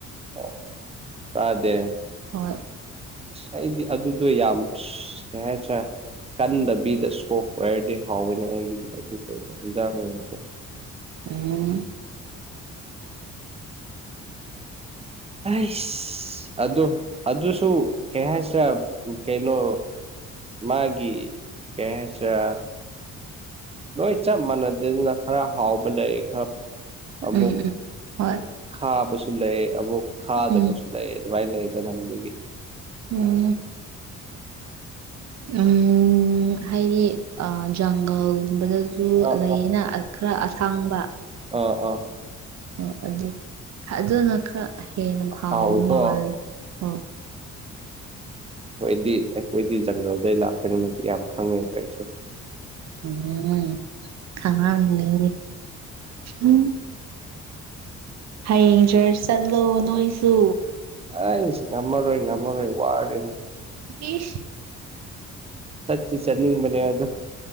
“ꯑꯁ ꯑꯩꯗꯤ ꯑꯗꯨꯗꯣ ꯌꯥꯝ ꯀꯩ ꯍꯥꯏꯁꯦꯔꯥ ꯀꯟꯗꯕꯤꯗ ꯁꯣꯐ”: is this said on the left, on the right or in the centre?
Right